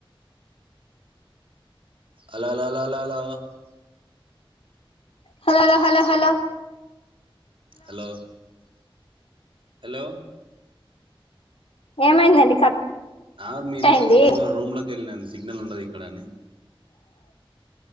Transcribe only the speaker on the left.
hello లో hello hello hello
ఏమైందండి కట్
అయింది